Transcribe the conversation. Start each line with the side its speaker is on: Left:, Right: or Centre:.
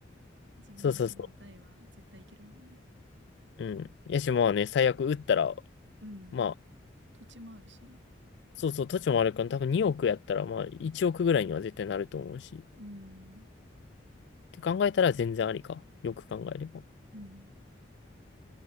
Right: 自分の代は絶対いけるもんね。
Left: そうそうそう。うん。やし、まあね、最悪売ったら、
Right: うん。
Left: まあ
Right: 土地もあるしね。
Left: そうそう、土地もあるから、多分2億やったら、まあ1億ぐらいには絶対なると思うし。
Right: うん。
Left: って考えたら全然ありか。よく考えれば。
Right: うん。